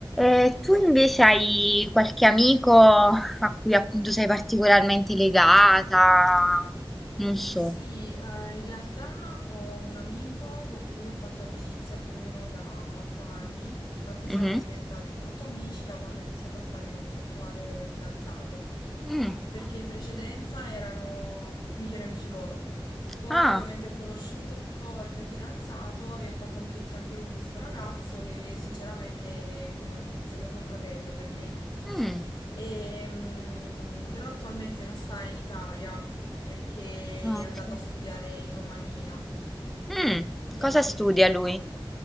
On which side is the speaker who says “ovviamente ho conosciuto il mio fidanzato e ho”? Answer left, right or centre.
Left